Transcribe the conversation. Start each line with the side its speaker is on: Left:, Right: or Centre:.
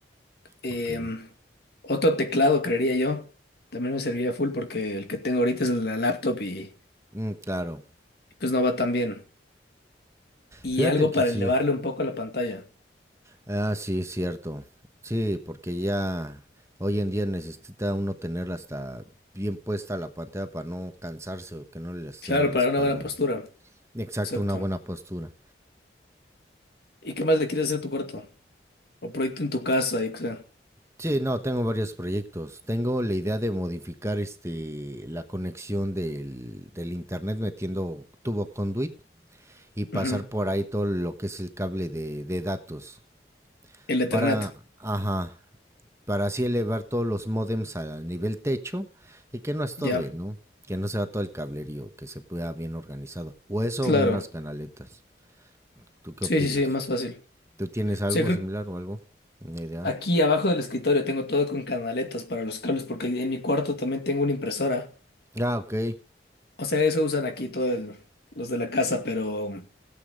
Left: em,
Right: Ok.
Left: otro teclado, creería yo. También me serviría full porque el que tengo ahorita es el de la laptop y
Right: Mm, claro.
Left: pues no va tan bien. Y
Right: Fíjate
Left: algo
Right: que
Left: para
Right: sí.
Left: elevarle un poco la pantalla.
Right: Ah, sí, cierto. Sí, porque ya hoy en día necesita uno tener hasta bien puesta la pantalla para no cansarse o que no le lastime
Left: Claro,
Right: la
Left: para
Right: espalda.
Left: una buena postura.
Right: Exacto,
Left: Exacto.
Right: una buena postura.
Left: ¿Y qué más le quieres hacer a tu cuarto? O proyecto en tu casa, yo qué sé.
Right: Sí, no, tengo varios proyectos. Tengo la idea de modificar este la conexión del, del internet metiendo tubo conduit y pasar
Left: Ujú.
Right: por ahí todo lo que es el cable de, de datos.
Left: El Ethernet.
Right: para, ajá, para así elevar todos los módems al nivel techo y que no estorbe,
Left: Ya.
Right: ¿no? Que no se va todo el cablerío, que se pueda bien organizado. O eso,
Left: Claro.
Right: unas canaletas. ¿Tú qué
Left: Sí,
Right: opinas?
Left: sí, sí, más fácil.
Right: ¿Tú tienes
Left: O
Right: algo
Left: sea, creo
Right: similar
Left: que
Right: o algo? Una idea.
Left: aquí abajo del escritorio tengo todo con canaletas para los cables, porque en mi cuarto también tengo una impresora.
Right: Ah, ok.
Left: O sea, eso usan aquí todos los de la casa, pero